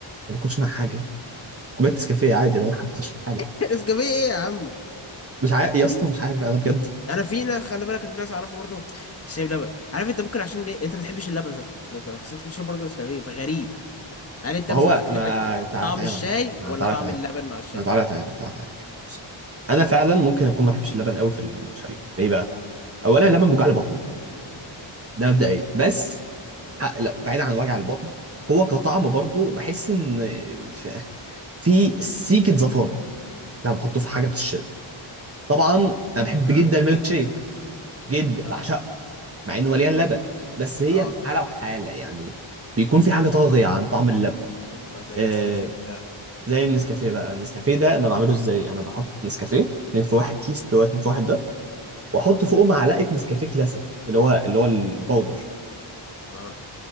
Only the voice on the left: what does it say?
<laughs> نسكافيه ايه يا عم
شاي
انا في ناس خلي بالك انا في ناس اعرفها برضه الشاي بلبن عارف انت ممكن عشان ليه انت ما بتحبش اللبن ذات ده- ده- بس انت بتشرب برضه نسكافيه فغريب هل انت
مثلا
فكرتك
طعم
الشاي
ولا
طعم
اللبن مع الشاي
امم
اه
اه
تمام
اه
ده
ده زي
نسكافيه ده
امم
اه